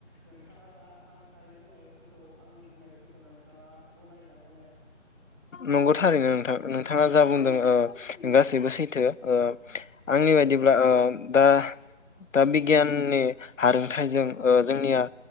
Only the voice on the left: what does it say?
नंगौ थारैनो नोंथां, नोंथाङा जा बुंदों। गासैबो सैथो आंनि बायदिब्ला दा दा बिगियाननि हारोंथाइजों जोंनिया